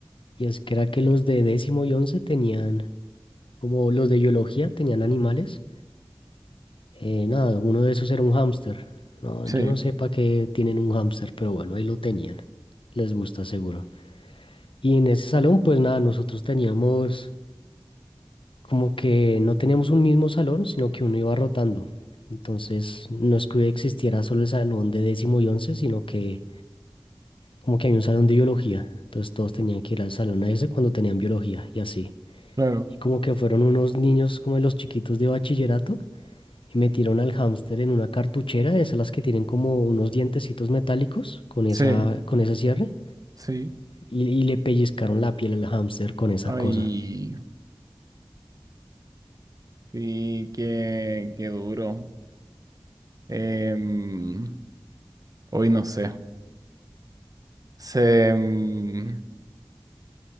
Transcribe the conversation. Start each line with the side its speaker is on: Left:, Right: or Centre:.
Left: y es que era que los de décimo y once tenían, como los de biología tenían animales, eh, nada, uno de esos era un hámster. No,
Right: Sí,
Left: yo no sé para qué tienen un hámster, pero bueno, ahí lo tenían. Les gusta seguro. Y en ese salón, pues nada, nosotros teníamos como que no tenemos un mismo salón, sino que uno iba rotando. Entonces, no es que existiera solo el salón de décimo y once, sino que como que hay un salón de biología. Entonces, todos tenían que ir al salón a ese cuando tenían biología y así.
Right: claro.
Left: Y como que fueron unos niños como de los chiquitos de bachillerato y metieron al hámster en una cartuchera, de esas las que tienen como unos dientecitos metálicos con esa,
Right: Sí,
Left: con ese cierre.
Right: sí.
Left: Y, y le pellizcaron la piel al hámster con esa
Right: Ay.
Left: cosa.
Right: Sí, qué, qué duro. Em, hoy no sé. Se, em,